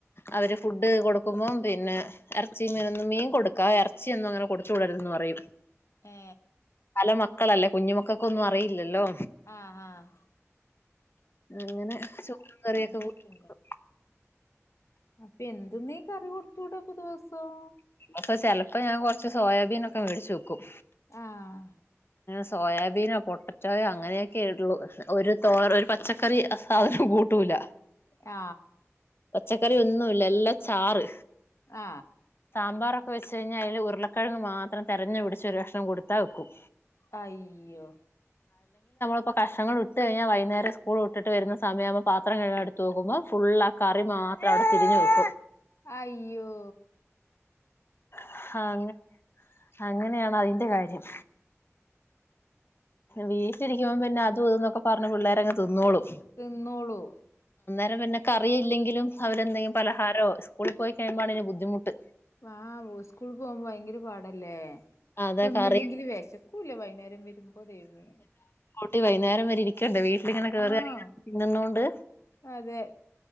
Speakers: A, on the left; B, on the left.
A: അവര് ഫുഡ് കൊടുക്കുമ്പോ പിന്നെ ഇറച്ചിയും മീനും ഒന്നും മീൻ കൊടുക്കാം ഇറച്ചി ഒന്നും അങ്ങനെ കൊടുത്ത് വിടരുത് എന്ന് പറയും
B: ഏ
A: എല്ലാം മക്കളല്ലേ കുഞ്ഞ് മക്കൾക്കൊന്നും അറിയില്ലല്ലോ
B: ആ ആ
A: ഇങ്ങനെ ചോറും കറിയുക്കെ
B: അങ്ങനെയൊക്കെ
A: കൊ കൊ
B: അപ്പോ എന്തുമേ കറി കൊടുത്ത് വിടും ദിവസം
A: <unintelligible> ചില ഇപ്പോ ഞാൻ കുറച്ച് സോയാബീനൊക്കെ വേടിച്ച് വയ്ക്കും
B: ആഹ്
A: സോയാബീനോ പ്രൊട്ടക്റ്റ യോ അങ്ങനെയൊക്കെ ഒരു തോര പച്ചക്കറി സാധനം കൂട്ടൂല
B: ആ
A: പച്ചക്കറി ഒന്നുമില്ല എല്ലാം ചാറ്
B: ആ
A: സാമ്പാറൊക്കെ വച്ച് കഴിഞ്ഞാ അയ്ല് ഉരുളക്കിഴങ്ങ് മാത്രം തിരഞ്ഞ് പിടിച്ച് ഒരു കക്ഷണം കൊടുത്താൽ ഒക്കും
B: അയ് യ്യോ
A: <unintelligible> വ് ട്ടയിഞ്ഞ വൈന്നേരം സ്കൂൾവിട്ട്ട്ട് വരുന്ന സമയാമ്പം പാത്രംകഴുകാൻ എടുത്തു നോക്കുമ്പൊ ഫുള്ളാ കറി മാത്രവിടെത്തിരി പ്പ <inaudible>
B: ആയ്യോ
A: ഹ്‌ഹാങ്ങ അങ്ങനെയാണ് അയ്ന്റെ കാര്യം വീശിരിക്കുമ്പം പിന്ന അതുത് ന്നൊക്ക പറഞ്ഞ് പിള്ളേരങ്ങ് തിന്നോളു.
B: ത്‌ന്നോളു.
A: <unintelligible> പിന്ന ക്കറിയില്ലെങ്കിലും അവലെന്തെങ്കി പലഹാരോ സ് സ്കൂളിപോയി കഴിയുമ്പോഴാണ് ഒരു ബുദ്ധിമുട്ട്
B: ആഹ് ഉസ്കൂൾ പോകുമ്പോ ഭയങ്കര പാടല്ലേ
A: അതെ
B: തിന്നില്ലെങ്കില്
A: കറി
B: വെശക്കുലേ വൈകുന്നേരം വരുമ്പോ ദൈവമേ
A: ട്ടി വൈന്നേരം വരെരിക്കണ്ടെ വീ ഇത് ഇങ്ങനെ കേറി
B: ആഹ്
A: എറങ്ങി തിന്നന്നൊണ്ട്
B: അതെ